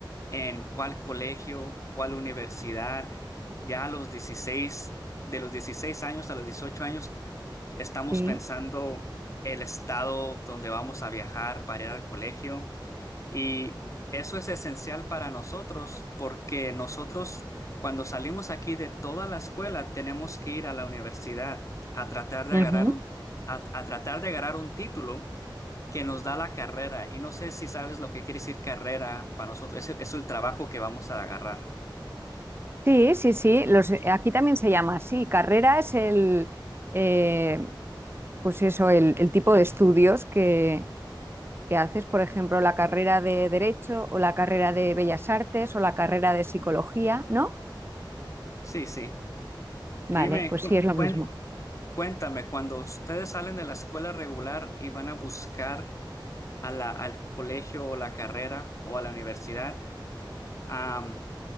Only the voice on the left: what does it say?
en cuál colegio, cuál universidad. Ya a los 16 de los 16 años a los 18 años, estamos
pensando el estado donde vamos a viajar para ir al colegio. Y eso es esencial para nosotros porque nosotros cuando salimos aquí de toda la escuela tenemos que ir a la universidad a tratar de
agarrar un, ti- a, a tratar de agarrar un título que nos da la carrera. Y no sé si sabes lo que quiere decir carrera para nosotros. Es el, es el trabajo que vamos a agarrar.
Sí, sí.
Dime,
cu-
cuen-
cuéntame, cuando ustedes salen de la escuela regular y van a buscar a la- al colegio o la carrera o a la universidad, am,